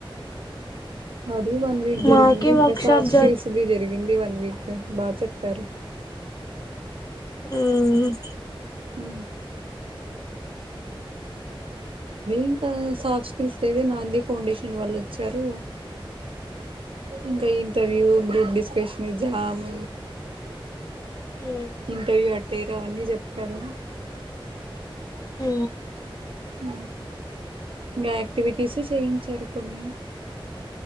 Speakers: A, on the right (about 70°); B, on the left (about 40°).
A: అది వన్ వీక్ జరిగింది.
B: మాకి
A: ఇంకా
B: వర్క్
A: సాఫ్ట్
B: షాప్
A: స్కిల్స్ జరిగింది వన్ వీక్ బాగా చెప్ క్కరు
B: ఊఊ
A: ఊ ఇంకా <unintelligible> సాఫ్ స్కిల్స్ కి నాంది ఫాౌంండేషన్ వాళ్ళు చరువు ఇంకా ఇంటర్వూ గ్రూప్ డిస్క్.. కృష్ణజామ్
B: ఉమ్
A: ఇంటర్యూ అటు పటేరు అవన్నీ చెప్పు రు
B: ఊ
A: ఊ ఇంకా యాక్టివిటీస్ చేయించారు కొన్ని